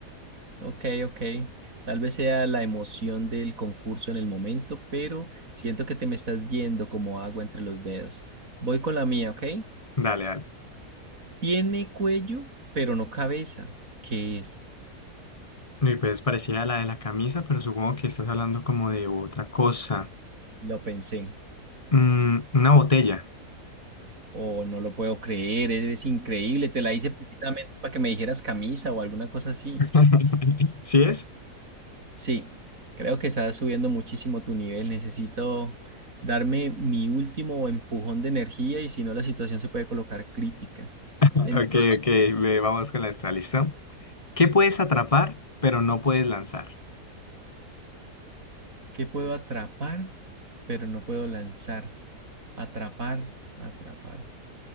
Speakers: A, on the right; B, on the left.
A: Ok, ok. Tal vez sea la emoción del concurso en el momento, pero siento que te me estás yendo como agua entre los dedos. Voy con la mía, ¿ok?
B: Dale, dale.
A: Tiene cuello, pero no cabeza. ¿Qué es?
B: Y pues parecía la de la camisa, pero supongo que estás hablando como de otra cosa.
A: Lo pensé.
B: Mm, una botella.
A: Oh, no lo puedo creer, eres increíble. Te la hice precisamente para que me dijeras camisa o alguna cosa así.
B: <laughs> ¿Sí es?
A: Sí, creo que estás subiendo muchísimo tu nivel. Necesito darme mi último empujón de energía y si no, la situación se puede colocar crítica.
B: Ok,
A: Entonces...
B: ok, ve, vamos con la esta, ¿listo? ¿Qué puedes atrapar, pero no puedes lanzar?
A: que puedo atrapar, pero no puedo lanzar. Atrapar, atrapar,